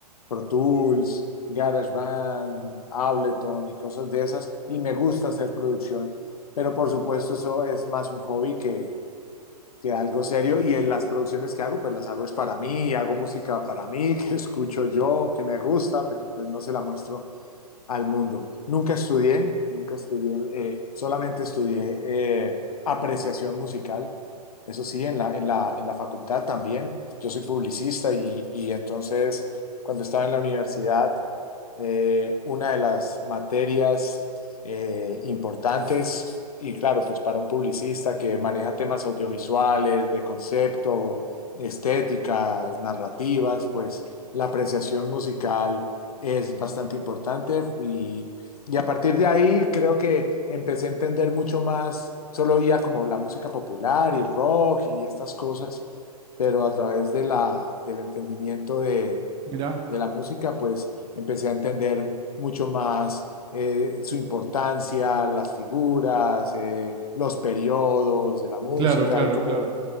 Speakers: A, on the left (about 65°); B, on the right (about 20°).
A: Pro Tools, GarageBand, Ableton y cosas de esas, y me gusta hacer producción, pero por supuesto eso es más un hobby que que algo serio y en las producciones que hago, pues las hago es para mí, hago música para mí, <laughs> que escucho yo, que me gusta, pero pues no se la muestro al mundo. Nunca estudié, nunca estudié, eh, solamente estudié eh, apreciación musical. Eso sí, en la, en la, en la facultad también. Yo soy publicista y, y entonces cuando estaba en la universidad, eh, una de las materias eh, importantes, y claro, pues para un publicista que maneja temas audiovisuales, de concepto, estéticas, narrativas, pues la apreciación musical es bastante importante y, y a partir de ahí creo que empecé a entender mucho más, solo oía como la música popular y rock y estas cosas, pero a través de la, del entendimiento de,
B: Mirá,
A: de la música, pues empecé a entender mucho más eh, su importancia, las figuras, eh, los periodos de la música
B: claro, claro,
A: y cómo,
B: claro.